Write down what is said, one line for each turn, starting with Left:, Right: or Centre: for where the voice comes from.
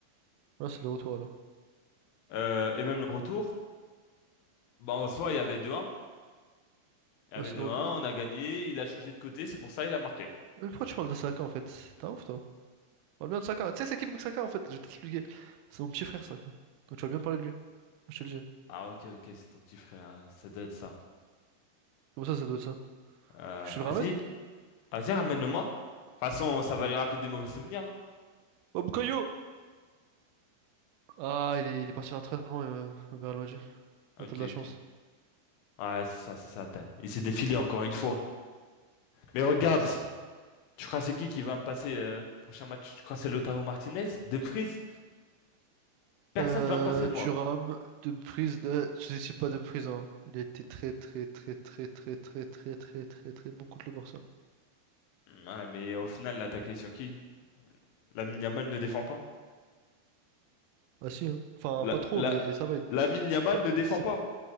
Right: Ah, c'est le retour alors.
Left: Euh, et même le retour, bah, en soi, il y avait 2-1. Il y
Right: Ouais,
Left: avait
Right: c'est
Left: 2-1,
Right: le retour. ouais.
Left: on a gagné, il a changé de côté, c'est pour ça il a marqué.
Right: Mais pourquoi tu parles de Saka en fait? T'as ouf toi. On parle bien de Saka. Tu sais, c'est qui Bukayo Saka en fait? Je vais t'expliquer. C'est mon petit frère Saka. Donc tu vas bien parler de lui. Moi, Je te le dis.
Left: Ah, ok, ok, c'est ton petit frère, hein, ça doit être ça.
Right: Comment ça, ça doit être ça?
Left: Euh,
Right: Tu veux que je te le ramène?
Left: vas-y, vas-y, ramène-le-moi. De toute façon, ça va lui rappeler des mauvais souvenirs. hein.
Right: Oh, Bukayo! Ah, il est, il est parti à l'entraînement euh, au Real Madrid.
Left: Ok,
Right: Ah, t'as de
Left: ok.
Right: la chance.
Left: Ouais, c'est ça, c'est ça. t'as- Il s'est défilé encore une fois. Mais regarde!
Right: SD.
Left: Tu crois c'est qui qui va me passer euh, prochain match? Tu crois c'est Lautaro Martinez? Dumfries? Personne
Right: Euh,
Left: va me passer moi.
Right: Thuram, Dumfries, euh, sous-estime pas Dumfries, hein. Il a été très très très très très très très très très très bon contre le Barça.
Left: Ouais, mais au final, l'attaquer sur qui? Lamine Yamal ne défend pas.
Right: Ah si, hein. Enfin,
Left: La,
Right: pas trop,
Left: la,
Right: mais ça va. il-
Left: Lamine
Right: C'est
Left: Yamal
Right: pas,
Left: ne défend
Right: c'est
Left: pas.
Right: pas-